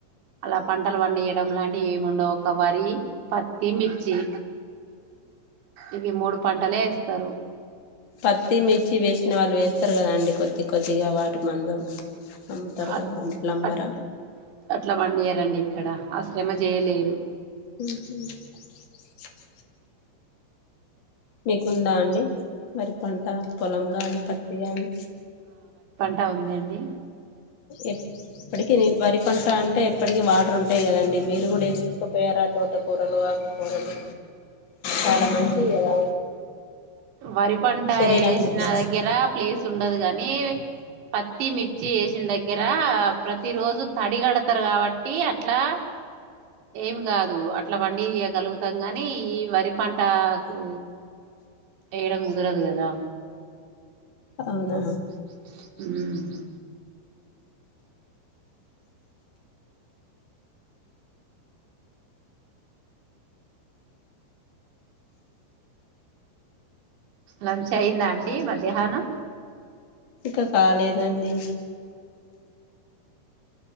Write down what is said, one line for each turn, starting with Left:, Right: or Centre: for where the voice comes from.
Right: అలా పంటల పడియం లం లాంటి ఏముండవు ఒక వరి పత్తి మిర్చి ఇవి మూడు పంటలే ఎస్ తరు
Left: పత్తి మిర్చి వేసిన వాళ్ళు వేస్తారు కదాండి కొద్ది కొద్దిగా వాటి మందం అమ్ముతారుగా
Right: అట్
Left: అట్లా అమ్మరా
Right: అ అట్లా వండియారండి ఇక్కడ ఆ శ్రమ చేయలేరు
Left: మ్మ్ మీకుందా అండి మరి పంట పొలం గాని పత్తి గాని
Right: అ ఉందండి
Left: ఎప్పటికిీీ వరి పంట అంటే ఎప్పటికిీ వాటర్ ఉంటాయి కదండి మీరు కూడా వేసుకుపోయారా తోటకూరలు ఆకుకూరలు చాలా మంచిది కదా
Right: వరి పంట
Left: శరీరానికి
Right: వేసిన దగ్గర ప్లేస్ ఉండదు గాని పత్తి, మిర్చి ఎసిన దగ్గ దగ్గర ప్రతి రోజు తడిగడతరు కాబట్టి అట్లా ఏం కాదు అట్లా బండి ఇయ్యాగాలుగుతాం గానీ ఈ వరి పంటా కు ఏడ కుదరదు కదా
Left: అవునా
Right: మ్మ్ లంచ్ అయ్యిందా అండి మధ్యాహ్నం
Left: ఇంక కాలేదండి